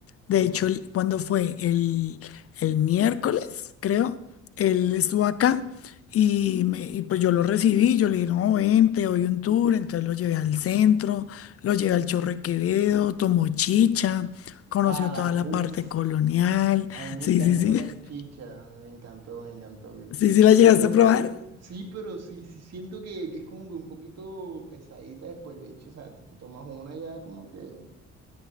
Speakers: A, on the right (about 60°); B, on the left (about 50°).
A: ujú.
B: De hecho, él- cuando fue el, el miércoles, creo, él estuvo acá. Y, me- y pues yo lo recibí, yo le dije, no, ven, te doy un tour, entonces lo llevé al centro, lo llevé al Chorro de Quevedo, tomó chicha, conoció
A: Ah, la,
B: toda la
A: uff.
B: parte colonial,
A: A mí me
B: sí,
A: encantó
B: sí, sí,
A: las chichas,
B: <laughs>
A: me encantó, me encantó.
B: sí, sí la llegaste
A: Pero,
B: a probar.
A: pero, sí, pero sí, sí siento que, que es como que un poquito pesadita después, de hecho, o sea, te, te tomas una y ya como que,